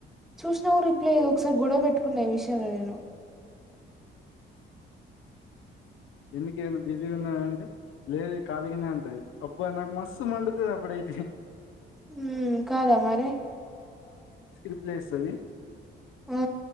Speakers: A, in the centre; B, on the left (about 85°).
A: చూసినా రిప్లై ఏదో ఒకసారి గొడవ పెట్టుకు కూన్నే విషయాంల నేను
B: ఎందుకేమన్నా బిజీ ఉన్నాదా అంటే లేదు ఖాలిగానే అంటది అబ్బా నాకు మస్తు మండుతది అప్పుడయితే
A: ఉం కాదా మరి
B: రిప్లె ఇస్తది
A: ఆ